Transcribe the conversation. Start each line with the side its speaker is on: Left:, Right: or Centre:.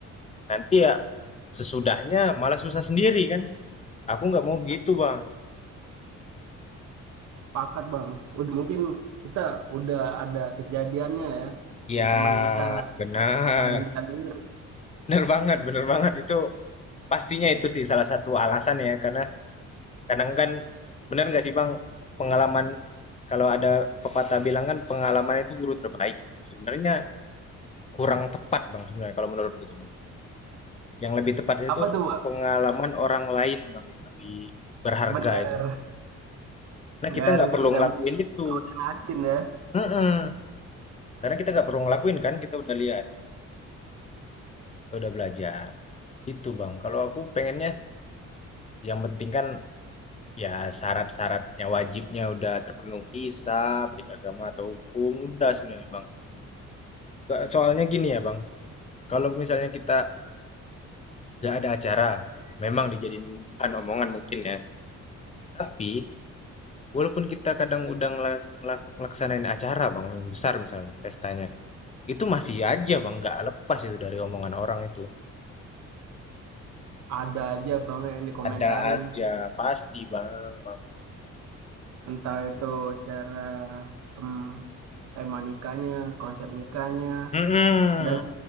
Left: Nanti ya sesudahnya malah susah sendiri kan. Aku nggak mau gitu, Bang.
Right: pakat bang. Ud- Mungkin kita udah ada kejadiannya ya
Left: Ya,
Right: di teman kita,
Left: benar.
Right: hal-hal yang kita dengar.
Left: Benar banget, benar banget itu pastinya itu sih salah satu alasan ya karena kadang kan benar nggak sih, Bang, pengalaman kalau ada pepatah bilang kan pengalaman itu guru terbaik. Sebenarnya kurang tepat, Bang, sebenarnya kalau menurutku tuh, Bang. Yang lebih
Right: <laughs>
Left: tepatnya
Right: Apa
Left: itu
Right: tuh bang?
Left: pengalaman orang lain, Bang, yang lebih berharga
Right: Bener,
Left: itu. Karena
Right: nggak
Left: kita
Right: harus
Left: nggak perlu
Right: kita
Left: ngelakuin itu.
Right: tahu dan asin ya.
Left: Mm-mm. Karena kita nggak perlu ngelakuin kan, kita udah lihat, kita udah belajar. Gitu Bang. Kalau aku pengennya yang penting kan ya syarat-syaratnya wajibnya udah terpenuhi sah, baik agama atau hukum, udah sebenarnya Bang. Ke- Soalnya gini ya Bang, kalau misalnya kita nggak ada acara, memang dijadiin bahan omongan mungkin ya. Tapi walaupun kita kadang udah ngela- ngela- ngelaksanain acara Bang, yang besar misalnya pestanya, itu masih aja Bang, nggak lepas itu dari omongan orang itu.
Right: ada aja bang yang dikomentarin
Left: Ada aja, pasti Bang. Bang.
Right: entah itu secara em, tema nikahnya, konsep nikahnya,
Left: Mhm,
Right: dan